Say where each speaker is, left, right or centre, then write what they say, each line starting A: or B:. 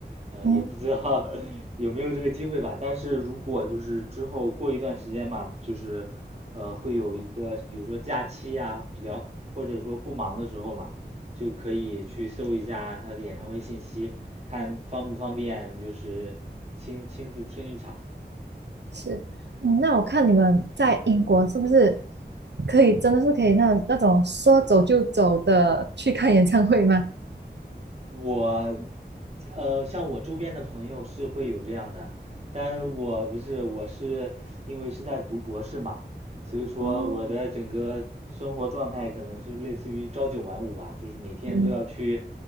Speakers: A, on the right (about 35°); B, on the right (about 75°).
A: 呃，
B: 嗯。
A: 也不知道 <laughs> 有没有这个机会吧。但是如果就是之后过一段时间嘛，就是呃会有一个比如说假期啊，比较或者说不忙的时候嘛，就可以去搜一下他的演唱会信息，看方不方便就是亲亲自听一场。
B: 是，嗯，那我看你们在英国是不是可以真的是可以那那种说走就走的去看演唱会吗？
A: 我，呃，像我周边的朋友是会有这样的，但我不是，我是因为是在读博士嘛，所以说我的整个生活状态可能是类似于朝九晚五吧，
B: 哦，
A: 就是每天都要去
B: 嗯，